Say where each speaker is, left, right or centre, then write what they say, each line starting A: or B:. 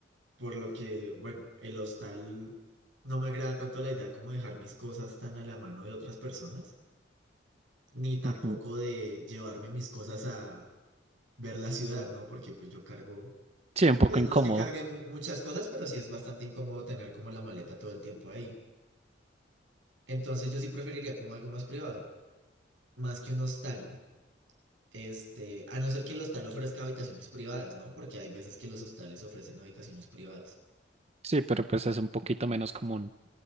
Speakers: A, on the right; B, on the right.
A: por lo que, bueno, el hostal no me agrada tanto la idea como dejar mis cosas tan a la mano de otras personas, ni tampoco
B: Ujú.
A: de llevarme mis cosas a ver la ciudad, ¿no? Porque pues yo cargo,
B: Sí, un poco
A: pues
B: incómodo.
A: no es que cargue mu- muchas cosas, pero sí es bastante incómodo tener como la maleta todo el tiempo ahí. Entonces yo sí preferiría como algo más privado, más que un hostal. Este, a no ser que el hostal ofrezca habitaciones privadas, ¿no? Porque hay veces que los hostales ofrecen habitaciones privadas.
B: Sí, pero pues es un poquito menos común.